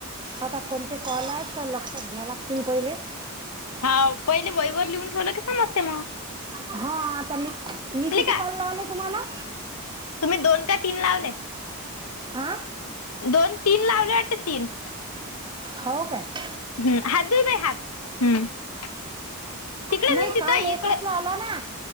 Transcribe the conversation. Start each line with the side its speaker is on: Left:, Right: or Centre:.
Right: आता कोणते कॉल आहेत तर लक्षात घ्या लागतील पहिले.
Left: हा पहिले वहीवर लिहून ठेवलं की समजते म‌ग.
Right: हा आता मी, मी किती
Left: का
Right: कॉल लावले तुम्हाला?
Left: तुम्ही दोन का तीन लावले?
Right: हा
Left: दोन तीन लावले वाटते तीन?
Right: हो काय?
Left: हम्म हात धु बे हात हम्म. <inaudible>
Right: नाही
Left: तिथं
Right: काल एकच
Left: इकडे
Right: लावला ना.